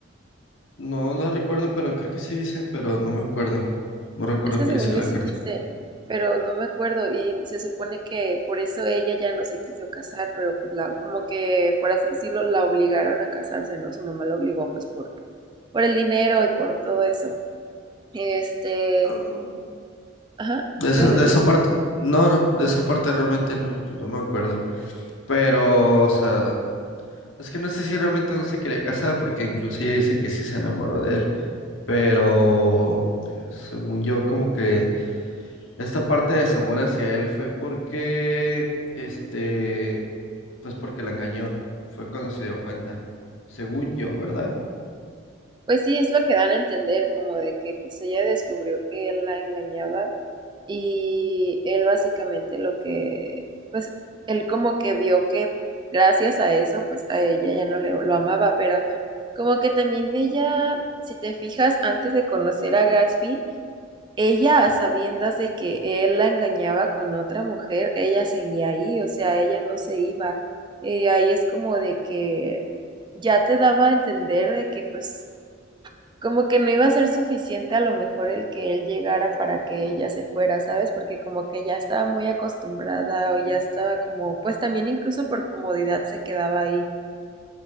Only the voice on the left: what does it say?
No, no recuerdo, pero creo que sí dicen, pero no me acuerdo. No recuerdo
qué
decía
la
carta.
Ah,
De esa,
de
esa
parte, no, no, de esa parte realmente no, pues no me acuerdo. Pero, o sea, es que no sé si realmente no se quería casar, porque incluso ella dice que sí se enamoró de él. Pero, eh, según yo, como que esta parte de desamor hacia él fue porque, este, Pues porque la engañó. Fue cuando se dio cuenta. Según yo, ¿verdad?